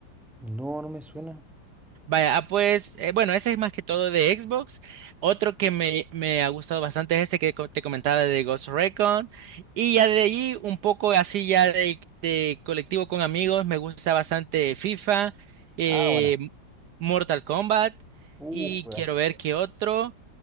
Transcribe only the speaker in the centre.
no, no me suena.
Ah, bueno.
Uh,
juegazo.